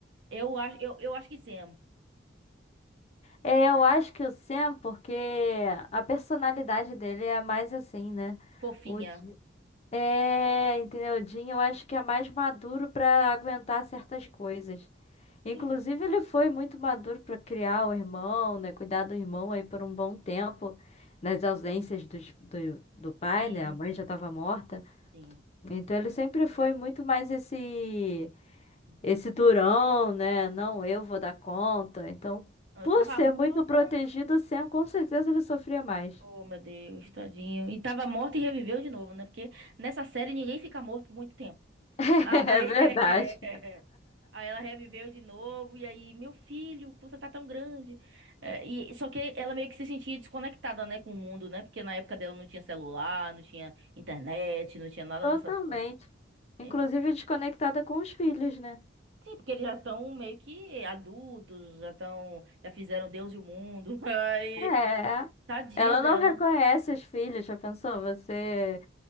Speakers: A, on the right; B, on the left.
A: Eu acho, eu, eu acho que Sam,
B: É, eu acho que o Sam, porque a personalidade dele é mais assim, né?
A: fofinha.
B: O, é, entendeu? O Jim, eu acho que é mais maduro pra aguentar certas coisas. Inclusive,
A: Sim,
B: ele foi muito maduro pra criar o irmão, né? Cuidar do irmão aí por um bom tempo, nas ausências dos- do, do pai,
A: sim,
B: né? A mãe já tava morta.
A: sim.
B: Então, ele sempre foi muito mais esse.
A: Uhum.
B: Esse durão, né? Não, eu vou dar conta. Então,
A: Não,
B: por
A: Eu tava
B: ser
A: morta.
B: muito protegido, o Sam com certeza ele sofria mais.
A: Oh, meu Deus, tadinho. E tava morta e reviveu de novo, né? Porque nessa série ninguém fica morto por muito tempo.
B: <laughs>
A: Ai,
B: É verdade.
A: <laughs> Aí ela reviveu de novo, e aí, meu filho, você tá tão grande. É, e, só que ela meio que se sentia desconectada, né, com o mundo, né? Porque na época dela não tinha celular, não tinha internet, não tinha nada
B: Totalmente.
A: dessas coisas. É,
B: Inclusive desconectada com os filhos, né?
A: sim, porque eles já estão meio que adultos, já estão, já fizeram Deus e o mundo. <laughs> Aí,
B: É.
A: tadinha
B: Ela
A: dela,
B: não reconhece os filhos, já pensou? Você.